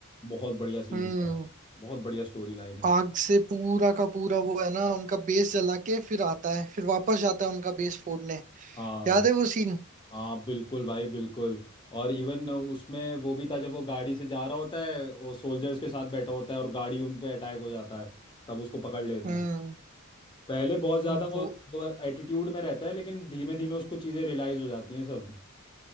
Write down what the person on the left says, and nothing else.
बहुत बढ़िया सीन
था भाई बहुत बढ़िया स्टोरी लाइन है
हाँ
हाँ बिल्कुल भाई बिल्कुल और इवन उसमें वो भी था जब वो गाड़ी से जा रहा होता है वो सोल्जर्स के साथ बैठा होता है और गाड़ी उन पे अटैक हो जाता है तब उसको पकड़ लेते
हैं पहले बहुत ज़्यादा
वो वो एटीट्यूड में रहता है लेकिन धीमे धीमे उसको चीज़ें रियलाइज हो जाती हैं सब